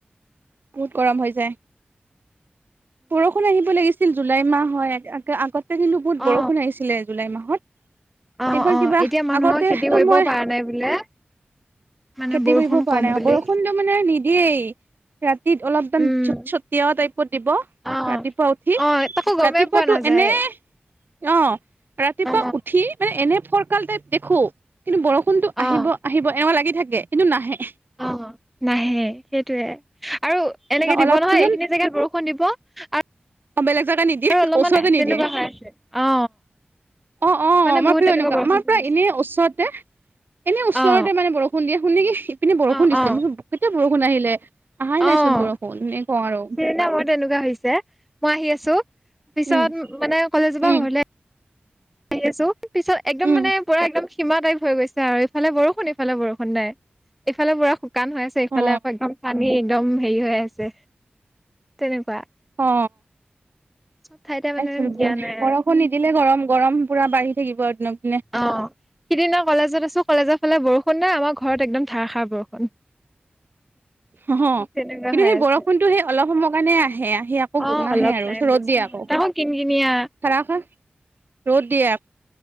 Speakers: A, on the right; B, in the centre.
A: বহুত গৰম হৈ যায় বৰষুণ আহিব লাগিছিল জুলাই মাহ হয় আগতে কিন্তু বহুত
B: অ
A: বৰষুণ আহিছিলে জুলাই মাহত
B: অ
A: এইবাৰ
B: অ
A: কিবা
B: এতিয়া মানুহৰ
A: আগতেতো
B: খেতি কৰিবও
A: মই
B: পৰা নাই বোলে মানে
A: খেতি
B: বৰষুণ
A: কৰিব পৰা
B: কম
A: নাই
B: বুলি
A: বৰষুণটো মানে নিদিয়েই ৰাতি অলপ মান
B: উম
A: ছট ছট দিয়া টাইপত দিব
B: অ
A: ৰাতিপুৱা উঠি
B: অ তাকো গমেই
A: ৰাতিপুৱাটো
B: পোৱা নাযায়
A: এনে অ ৰাতিপুৱা
B: অ
A: উঠি মানে এনে ফৰকাল তাইপ দেখো। কিন্তু বৰষুণতটো
B: অ
A: আহিব আহিব এনেকুৱা লাগি থাকে কিন্তু নাহে
B: অ অ নাহে সেইটোয়ে আৰু এনেকে
A: অলপ
B: দিব নহয়
A: পিছত
B: এইখিনি জেগাত বৰষুণ দিব আৰু
A: অ বেলেগ জেগা নিদিয়ে
B: অলপমান
A: ওচৰতে নিদিয়ে
B: তেনেকোৱা হৈ আছে অ
A: অ অ
B: মানে
A: আমাৰ
B: বহুত
A: ফালে
B: তেনেকুৱা
A: এনেকোৱা
B: বৰষুণ
A: আমাৰ
B: হৈ
A: পৰা
B: আছে
A: এনে ওচৰতে এনে ওচৰতে
B: অ
A: মানে বৰষুণ দিয়ে শুনি কি এপিনে বৰষুণ
B: অ
A: দিছে
B: অ
A: মই কৈছো কেতিয়া বৰষুণ আহিলে আহাই
B: অ
A: নাইচোন
B: সেইদিনা
A: বৰষুণ এনে কওঁ আৰু
B: মোৰ তেনেকোৱা হৈছে মই আহি আছো পিছত
A: উম
B: মানে কলেজৰ
A: উম
B: পৰা ঘৰলে আহি আছো পিছত একদম
A: উম
B: মানে পুৰা একদম সীমা টাইপ হৈ গৈছে আৰু ইফালে বৰষুণ ইফালে বৰষুণ নাই ইফালে বৰষুণ শুকান হৈ আছে ইফালে
A: অ
B: আকৌ একদম পানী একদম হেৰি হৈ আছে তেনেকোৱা
A: অ
B: ঠাইতে মানে
A: বৰষুণ
B: দিয়া নাই আৰু
A: নিদিলে গৰম গৰম পুৰা বাঢ়ি থাকিব একদম
B: অ সিদিনা কলেজত আছো কলেজত ফালে বৰষুণ নাই আমাৰ ঘৰত একদম ধাৰাষাৰ বৰষুণ
A: হ হ
B: তেনেকুৱা
A: কিন্তু
B: হৈ
A: সেই বৰষুণটো
B: আছে
A: সেই অলপ সময়ৰ কাৰণে আহে সি আকৌ
B: অ',
A: নাহে
B: অলপ
A: আৰু
B: টাইম
A: ৰ'দ
B: বেছি
A: দিয়ে
B: নহয়
A: আকৌ
B: তাকো কিন কিনিয়া
A: ধাৰাষাৰ ৰ'ত দিয়ে আ